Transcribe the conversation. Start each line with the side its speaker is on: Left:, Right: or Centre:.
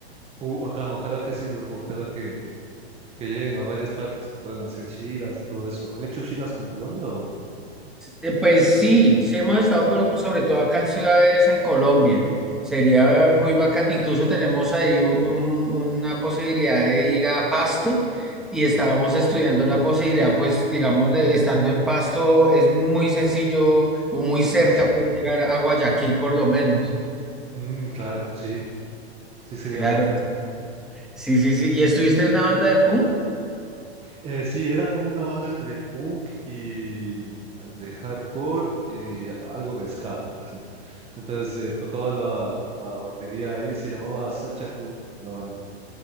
Right: Uh, acá, ojalá que sí, loco, ojalá que, que lleguen a varias partes, que puedan hacer giras y todo eso. ¿Han hecho giras con tu banda o
Centre: Eh, Pues sí, sí hemos estado, pero pues, sobre todo acá en ciudades en Colombia. Sería
Right: Ujú.
Centre: muy bacán. Incluso tenemos ahí un- un- una posibilidad de ir a Pasto y estábamos estudiando la posibilidad, pues digamos, de estando en Pasto es muy sencillo o muy
Right: cruzarse?
Centre: cerca pues llegar a Guayaquil por lo menos.
Right: Mm, claro, sí, sí sería
Centre: Claro.
Right: bacán.
Centre: Sí, sí, sí. ¿Y estuviste en una banda de punk?
Right: Eh, sí, era como una banda entre punk y entre hardcore y algo de ska, así. Entonces eh, tocaba la, la batería ahí, se llamaba Sachakur, la banda.